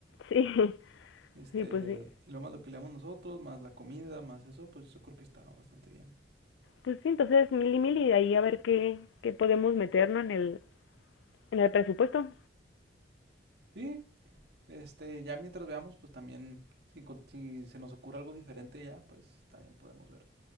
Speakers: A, on the left; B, on the right.
A: Sí, <laughs>
B: Este,
A: sí, pues sí.
B: y lo más lo que le damos nosotros, más la comida, más eso, pues yo creo que está bastante bien.
A: Pues sí, entonces mil y mil y de ahí a ver qué, qué podemos meternos en el, en el presupuesto.
B: Sí, este, ya mientras veamos, pues también, si, encon- si se nos ocurre algo diferente ya, pues también podemos ver.